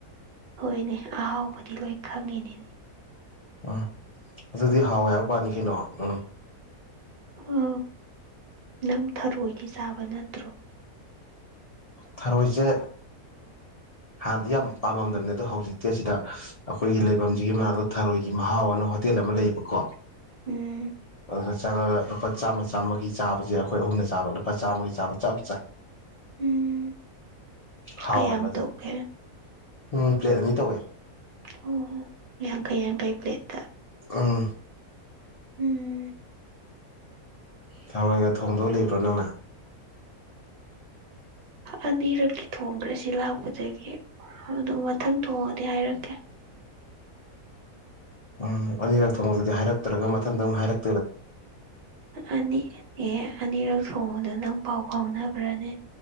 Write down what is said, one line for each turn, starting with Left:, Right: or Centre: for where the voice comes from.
Right: ꯍꯣꯏꯅꯦ ꯑꯍꯥꯎꯕꯗꯤ ꯂꯣꯏ ꯈꯪꯉꯤꯅꯦꯅꯦ
Left: ꯎꯝ ꯑꯗꯨꯗꯤ ꯍꯥꯎꯦ ꯍꯥꯏꯕ ꯄꯥꯅꯤ ꯀꯩꯅꯣ ꯎꯝ
Right: ꯑ ꯅꯪ ꯊꯔꯣꯏꯒꯤ ꯆꯥꯕ ꯅꯠꯇ꯭ꯔꯣ
Left: ꯊꯔꯣꯏꯁꯦ ꯍꯥꯟꯅꯗꯤ ꯌꯥꯝ ꯄꯥꯝꯃꯝꯗꯕꯅꯦ ꯑꯗꯣ ꯍꯧꯖꯤꯛꯇꯤ ꯑꯁꯤꯗ ꯑꯩꯈꯣꯏꯒꯤ ꯂꯩꯐꯝꯁꯤꯒꯤ ꯃꯅꯥꯛꯇ ꯊꯔꯣꯏꯒꯤ ꯃꯍꯥꯎ ꯑꯅ ꯇꯦꯜ ꯑꯃ ꯂꯩꯌꯦꯕꯀꯣ
Right: ꯎꯝ
Left: ꯑꯗꯨꯒ ꯆꯪꯉꯒ ꯂꯨꯄꯥ ꯆꯥꯝꯃ ꯆꯥꯝꯃꯒꯤ ꯆꯥꯕꯁꯦ ꯑꯩꯈꯣꯏ ꯑꯍꯨꯝꯗ ꯆꯥꯕ ꯂꯨꯄꯥ ꯆꯥꯝꯃꯒꯤ ꯆꯥꯕ ꯆꯞ ꯆꯥ
Right: ꯎꯝ
Left: ꯍꯥꯎꯋꯦꯕ
Right: ꯀꯌꯥ ꯑꯃ
Left: ꯑꯗꯨ
Right: ꯊꯣꯛꯀꯦ
Left: ꯎꯝ ꯄ꯭ꯂꯦꯠ ꯑꯅꯤ ꯇꯧꯋꯦ
Right: ꯑꯣ ꯌꯥꯝꯡ ꯀꯩ ꯌꯥꯡ ꯀꯩ ꯄ꯭ꯂꯦꯠ
Left: ꯎꯝ
Right: ꯎꯝ
Left: ꯊꯔꯣꯏꯒ ꯊꯣꯡꯗꯣꯛ ꯂꯩꯕ꯭ꯔꯣ ꯅꯪꯅ
Right: ꯑꯅꯤꯔꯛꯀꯤ ꯊꯣꯡꯈ꯭ꯔꯦ ꯁꯤ ꯂꯥꯛꯄꯗꯒꯤ ꯑꯗꯨ ꯃꯊꯪ ꯊꯣꯡꯉꯗꯤ ꯍꯥꯏꯔꯛꯀꯦ
Left: ꯎꯝ ꯑꯅꯤꯔꯛ ꯊꯣꯡꯕꯛꯇꯗꯤ ꯍꯥꯏꯔꯛꯇ꯭ꯔꯒ ꯃꯊꯪꯗ ꯑꯃꯨ ꯍꯥꯏꯔꯛ
Right: ꯑ ꯌꯦ ꯑꯅꯤꯔꯛ ꯊꯣꯡꯕꯗꯣ ꯅꯪ ꯄꯥꯎ ꯐꯥꯎꯅꯕ꯭ꯔꯅꯦ